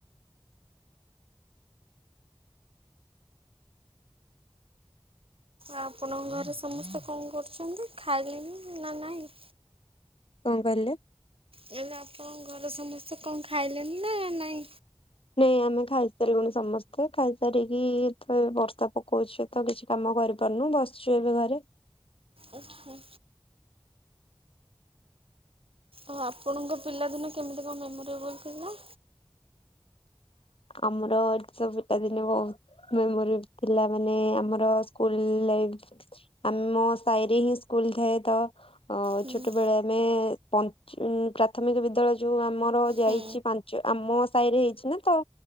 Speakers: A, on the right; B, on the left.
A: ଆପଣଙ୍କ ଘରେ ସମସ୍ତେ କଣ କରୁଛନ୍ତି ଖାଇଲେଣି ନା ନାହିଁ?
B: କଣ କହିଲେ?
A: ହେଲେ ଆପଣଙ୍କ ଘରେ ସମସ୍ତେ କଣ ଖାଇଲେଣି ନାଁ ନାଇଁ?
B: ନାଇଁ ଆମେ ଖାଇସାରିଲୁଣି ସମସ୍ତେ ଖାଇସାରିକି ଏଇତ ବର୍ଷା ପକଉଛି ତ କିଛି କାମ କରିପାରୁନୁ ବସିଛୁ ଏବେ ଘରେ।
A: ଓ ହୋ। ଆଉ ଆପଣଙ୍କ ପିଲାଦିନ କେମିତି କଣ ମେମୋରିବଲ୍ ଥିଲା?
B: ଆମର ଏଇଠି ତ ପିଲା ଦିନେ ବହୁତ ମେମୋରି ଥିଲା ମାନେ ଆମର ସ୍କୁଲ୍ ଲାଇଫ୍ ଆମ ସାହିରେ ହିଁ ସ୍କୁଲ୍ ଥାଏ ତ ଅ
A: ହୁଁ
B: ଛୋଟ ବେଳେ ଆମେ ପଞ୍ଚ ଉଁ ପ୍ରାଥମିକ ବିଦ୍ୟାଳୟ ଯୋଉ ଆମର ଯାଇଛି
A: ହୁଁ
B: ପାଞ୍ଚ ଆମ ସାହିରେ ହେଇଛି ନା ତ